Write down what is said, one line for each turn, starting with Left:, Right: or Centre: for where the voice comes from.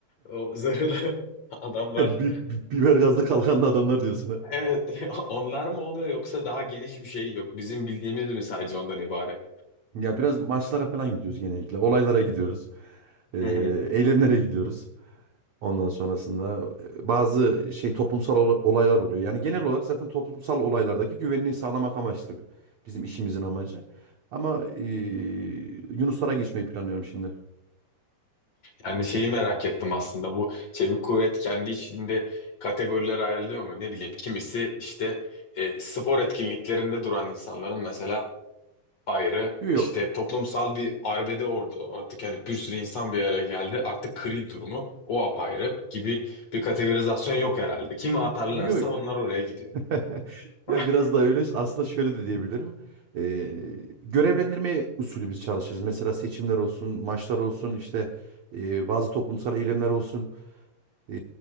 Left: o zırhlı <laughs> adamlar.
Right: Bi- bi- Biber gazlı kalkanlı adamlar diyorsun ha.
Left: Evet, <laughs> onlar mı oluyor yoksa daha geniş bir şey yok. Bizim bildiğimiz mi sadece ondan ibaret?
Right: Ya biraz maçlara falan gidiyoruz genellikle. Olaylara gidiyoruz. Ee,
Left: Hı hı.
Right: eylemlere gidiyoruz. Ondan sonrasında e, bazı şey toplumsal ola- olaylar oluyor. Yani genel olarak zaten toplumsal olaylardaki güvenliği sağlamak amaçlı bi- bizim işimizin amacı. Ama e, Yunuslara geçmeyi planlıyorum şimdi.
Left: Yani şeyi merak ettim aslında. Bu çevik kuvvet kendi içinde kategorilere ayrılıyor mu? Ne bileyim. Kimisi işte e, spor etkinliklerinde duran insanların mesela ayrı.
Right: Yo
Left: İşte toplumsal bir arbede orada artık yani bir sürü insan bir araya geldi. Artık kril durumu o apayrı gibi bir kategorizasyon yok herhalde. Kimi atarlarsa
Right: yo yo.
Left: onlar oraya gidiyor.
Right: <laughs> Ya
Left: <laughs>
Right: biraz da öyle aslında şöyle de diyebilirim. E, görevlendirme usulü biz çalışırız. Mesela seçimler olsun, maçlar olsun, işte e, bazı toplumsal eylemler olsun. Ee,